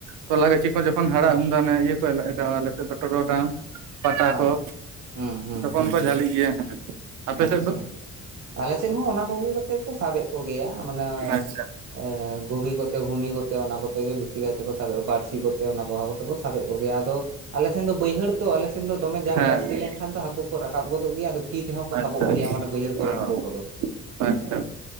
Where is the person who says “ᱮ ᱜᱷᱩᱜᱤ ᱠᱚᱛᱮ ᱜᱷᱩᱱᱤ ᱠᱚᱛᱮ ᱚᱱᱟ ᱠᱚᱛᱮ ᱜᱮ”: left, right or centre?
Right